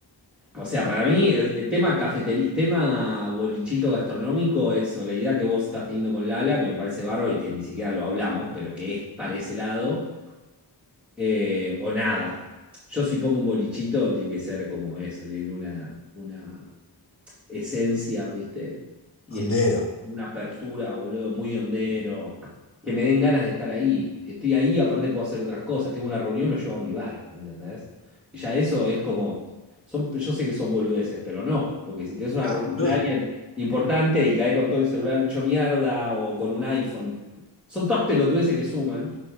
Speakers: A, in the centre; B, on the left.
A: O sea, para mí, el, el tema cafetería, tema bolichito gastronómico, eso, la idea que vos estás teniendo con Lala, que me parece bárbaro y que ni siquiera lo hablamos, pero que es para ese lado, eh, o nada. Yo si pongo un bolichito, tiene que ser como eso, tiene una, una esencia, ¿viste? Y
B: Hondero.
A: es una apertura, boludo, muy hondero. Que me den ganas de estar ahí. Si estoy ahí, aparte puedo hacer otras cosas. Tengo una reunión, lo llevo a mi bar, ¿entendés? Y ya eso es como. Son, yo sé que son boludeces, pero no. Porque si tienes una
B: No,
A: reunión
B: boludo.
A: con alguien importante y caes con todo el celular hecho mierda o con un iPhone. Son todas pelotudeces que suman.